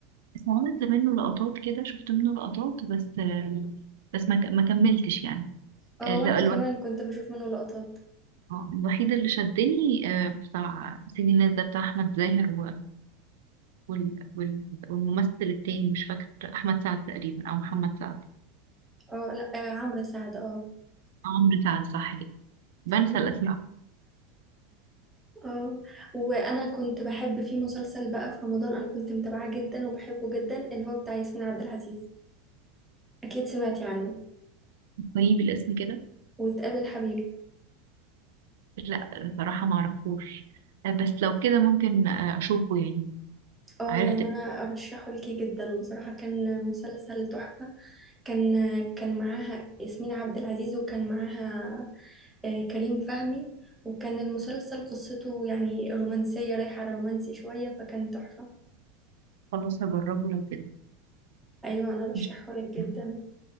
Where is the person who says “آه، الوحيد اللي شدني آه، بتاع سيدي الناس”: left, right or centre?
Right